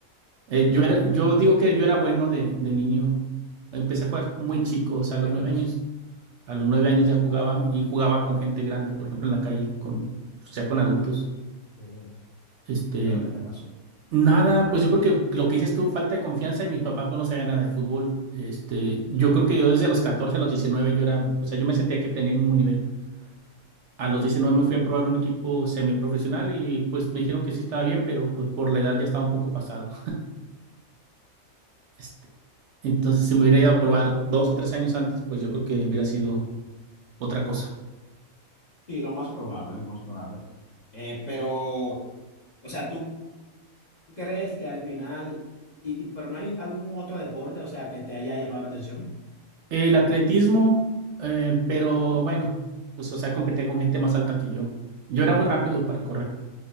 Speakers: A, on the right; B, on the left.
A: Eh, yo era, yo digo que yo era bueno de, de niño. Empecé a jugar muy chico, o sea, a los
B: ¿Qué
A: nueve
B: te pasó?
A: años, a los nueve años ya jugaba y jugaba con gente grande, por ejemplo, en la calle, con, o sea, con adultos.
B: Mm.
A: Este,
B: ¿Pero qué te pasó?
A: nada, pues yo creo que lo que hice estuvo falta de confianza y mis papás pues, no sabían nada de fútbol. Este, yo creo que yo desde los 14 a los 19 yo era, o sea, yo me sentía que tenía el mismo nivel. A los 19 me fui a probar un equipo semiprofesional y pues me dijeron que sí estaba bien, pero pues por la edad ya estaba un poco pasado. <laughs> Entonces, si me hubiera ido a probar dos o tres años antes, pues yo creo que hubiera sido otra cosa.
B: Y lo más probable, lo más probable. Eh, pero, o sea, ¿tú crees que al final, y, y- pero no hay un- algún otro deporte, o sea, que te haya llamado la atención?
A: El atletismo, eh, pero bueno, pues o sea, competía con gente más alta que yo. Yo era muy rápido para correr,